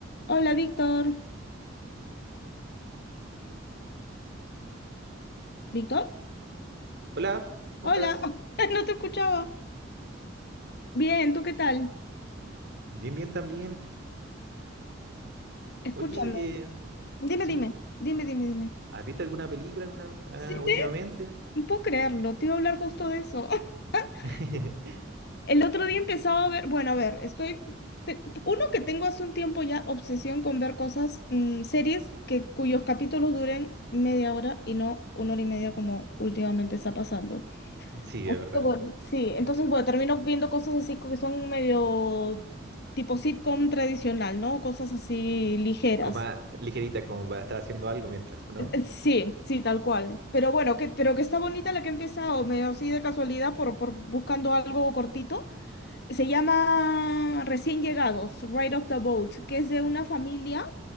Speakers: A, on the left (about 55°); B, on the right (about 60°).
A: Hola, Víctor. ¿Víctor?
B: Hola, ¿cómo
A: Hola,
B: estás?
A: <laughs> no te escuchaba. Bien, ¿tú qué tal?
B: Bien, bien también.
A: Escúchame.
B: Oye, eh,
A: Dime,
B: ¿sí?
A: dime, dime, dime, dime.
B: ¿Has visto alguna película alguna ah,
A: Sí,
B: últimamente?
A: te... no Puedo creerlo, te iba a hablar justo de eso. <laughs>
B: <laughs>
A: El otro día empezaba a ver, bueno, a ver, estoy... te- Uno que tengo hace un tiempo ya obsesión con ver cosas, mm, series que, cuyos capítulos duren media hora y no una hora y media como últimamente está pasando.
B: Sí,
A: Un
B: es
A: poco
B: verdad.
A: boni- Sí, entonces, bueno, termino viendo cosas así que son medio tipo sitcom tradicional, ¿no? Cosas así ligeras.
B: Como más ligerita, como para estar haciendo algo mientras, ¿o ¿no?
A: Eh, eh, Sí, sí, tal cual. Pero bueno, que, pero que está bonita la que he empezado, medio así de casualidad por, por buscando algo cortito. Se llama Recién Llegados, Ride of the Boat, que es de una familia